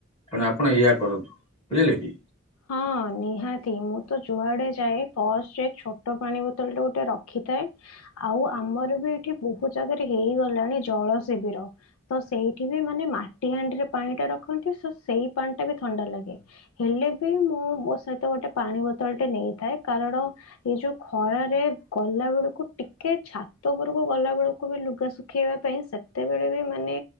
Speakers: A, on the left; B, on the left.
A: ତେଣୁ ଆପଣ ଏଇଆ କରନ୍ତୁ ବୁଝିଲେ କି?
B: ହଁ ନିହାତି ମୁଁ ତ ଯୁଆଡେ ଯାଏ ପସରେ ଛୋଟ ପାଣି ବୋତଲ ଟା ଗୋଟେ ରଖିଥାଏ। ଆଉ ଆମର ବି ଏଠି ବହୁତ ଜାଗାରେ ହେଇଗଲାଣି ଜଳ ଶିବିର ତ ସେଇଠି ବି ମାନେ ମାଟି ହାଣ୍ଡିରେ ପାଣିଟା ରଖନ୍ତି ତ ସେଇ ପାଣି ଟା ବି ଥଣ୍ଡା ଲାଗେ। ହେଲେ ବି ମୁଁ ମୋ ସହିତ ଗୋଟେ ପାଣି ବୋତଲ ଟେ ନେଇଥାଏ କାରଣ ଏଇ ଯୋଉ ଖରାରେ ଗଲା ବେଳକୁ ଟିକେ ଛାତ ଉପରକୁ ଗଲା ବେଳକୁ ବି ଲୁଗାସୁଖ ଖେଇବା ପାଇଁ ସେତେବେଳେ ବି ମାନେ